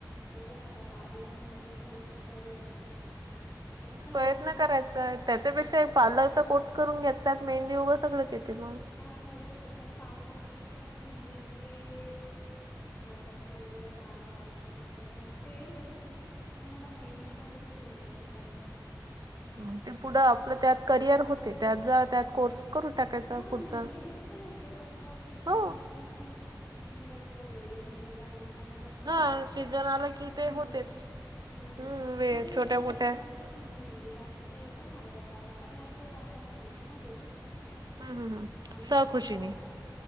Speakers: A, on the left; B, on the right.
A: बघे आता बाबू मोठं झालं की करेन आता कस लहान
B: प्रयत्न
A: आहे ना
B: करायचाय
A: त्याच्या
B: त्याच्यापेक्षा
A: हम्म
B: पार्लरचा कोर्टस करून घेतात मेंदीगं सगळंच येते मग
A: हा सगळं येतं पण पार्लर पेक्षा मला मेहंदी ते प्रोडक्ट्स वगैरे ते आणव लागतात ना त्याच्यामुळे ते नाही पण मला मेहंदीमध्येध्ये खूप इंटरेस्ट आहे
B: ग ते पुढं आपलं त्यात करिअर होते त्यात ज त्यात कोर्स करून टाकायचा
A: हा
B: पुढचा
A: मेहंदीमध्येध्ये पण होते कारण का सीझन
B: हो
A: आला की खूप खूप म्हणजे असं वेडिंग वगैरे आले मग असं
B: हा सीझन आला की
A: होऊन
B: ते होतेच.
A: जात हम्
B: हम्म वे
A: नाही
B: छोट्या
A: ज्यांना
B: मोठ्या
A: समज ना मी मेहंदी काढते ते येतात माझ्याकडे काढा पण मी असं काही कोणाकडन पैसे नागेच असं
B: हम्म हम्म हम्म
A: हाऊस
B: सहखुशीने
A: म्हणून काढते